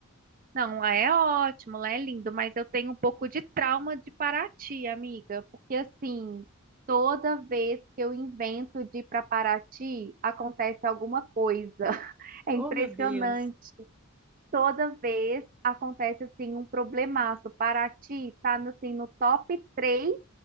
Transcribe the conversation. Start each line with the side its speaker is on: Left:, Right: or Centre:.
Right: Não, lá é ótimo, lá é lindo, mas eu tenho um pouco de trauma de Paraty, amiga, porque assim, toda vez que eu invento de ir para Paraty, acontece alguma coisa. <laughs> É
Centre: Oh,
Right: impressionante.
Centre: meu Deus.
Right: Toda vez acontece assim um problemaço. Paraty tá no, assim, no top 3